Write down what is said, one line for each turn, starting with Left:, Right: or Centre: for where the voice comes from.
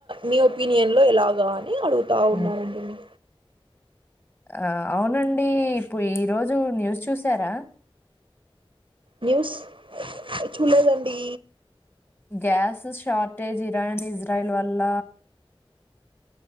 Right: మీ ఒపీనియన్ లో ఎలాగా అని అడుగుతా
Left: హ్మ్.
Right: ఉన్నానండి న
Left: ఆ అవునండి ఇప్పుడు ఈరోజు న్యూస్ చూసారా
Right: న్యూస్ చూడలేదండి
Left: గ్యాస్ షార్టేజ్ ఇరాన్ ఇజ్రాయిల్ వల్ల